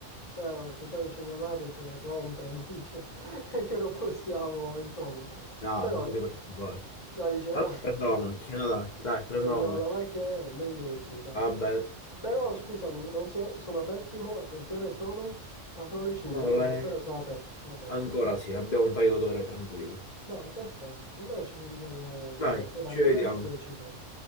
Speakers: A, on the left (about 30°); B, on the left (about 60°).
A: Ah, perché poi c'è mia madre che rompe <laughs> e mi dice <laughs> che non possiamo, insomma.
B: Dai,
A: Però,
B: non ti preoccupare.
A: la dice,
B: Allora
A: ah,
B: prendo
A: <laughs>
B: la macchina, dai, dai, prendo
A: Poi Quando
B: la
A: diamo
B: macchina.
A: la macchina, eh, meglio così, dai.
B: Va bene.
A: Però scusami, non so, sono aperti mo? Beh, che ore sono? Ah, sono le 5,
B: No,
A: no,
B: le-
A: no, ancora sono aperti, sono aperti,
B: Ancora
A: sì.
B: sì, abbiamo un paio d'ore tranquille.
A: Vai, perfetto. Allora ci sentiamo
B: Dai,
A: dopo. Dai,
B: ci
A: mi
B: vediamo.
A: vesto e ci sono.